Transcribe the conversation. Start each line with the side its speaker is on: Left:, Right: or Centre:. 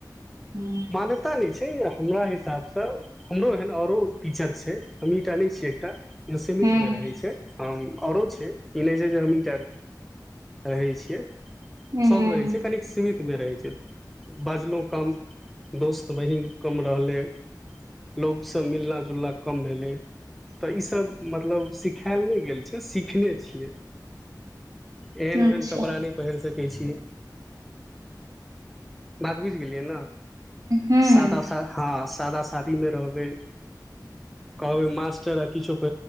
Right: हूँ
Centre: मान्यता नइ हमरा हिसाब सँ हमरो एहन आरो टीचर छै। ाले छियै एकटा जे सीमित
Right: हूँ
Centre: में रहै छै। हम आओरो छै ई नहि छै जे हमहीटा रहै छियै सबब
Right: हूँ
Centre: रहै छै खालिक सीमित रहै छै बाजलहुँ काम दोस्त बहीन कम रहलै लोकोग सब मिलना जुलना कम भेलै तऽ ईसभ मतलब सिखायल नहि गेल छै। सिखने छियै एहन ओहन
Right: अच्छा
Centre: कपड़ा न पहिर सकै कह छी बात बुझ गेलियै ने
Right: हूँ
Centre: सात हँ सादा शादी मे रहबै कहबै माँ च किछप